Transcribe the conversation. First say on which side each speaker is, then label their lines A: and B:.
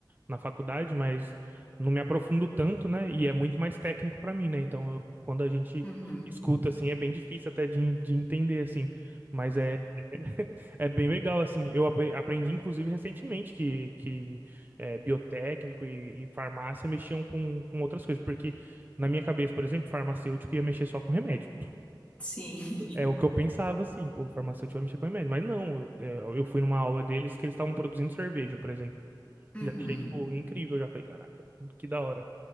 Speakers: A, on the right; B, on the left.
A: na faculdade, mas não me aprofundo tanto, né? E é muito mais técnico para mim, né? Então, eu- quando a gente
B: Uhum.
A: escuta assim, é bem difícil até de, de entender assim, mas é <laughs> é bem legal assim. Eu apre- aprendi inclusive recentemente que que é, biotécnico e, e farmácia mexiam com, com outras coisas, porque na minha cabeça, por exemplo, farmacêutico ia mexer só com remédio.
B: Sim.
A: É o que eu pensava assim, pô, farmacêutico vai mexer com remédio, mas não, eu, é, eu fui numa aula deles que eles estavam produzindo cerveja, por exemplo.
B: <laughs> Uhum.
A: Já achei, tipo, incrível. Já falei, caraca, que da hora.